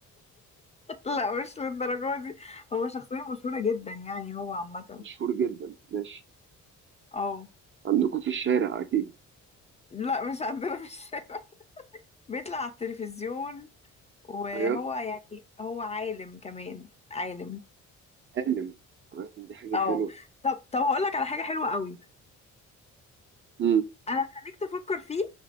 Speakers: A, on the left; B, on the right.
A: لا مش للدرجة دي هو شخصية مشهورة جدا يعني هو عامة
B: مشهور جدا ماشي
A: اه
B: عندكم في الشارع اكيد
A: لا مش عندنا في الشارع بيطلع على التلفزيون وهو
B: ايوه
A: يعني هو عالم كمان عالم
B: عالم تمام دي حاجه
A: اه
B: حلوه
A: طب طب هقول لك على حاجة حلوة قوي
B: امم
A: انا هخليك تفكر فيه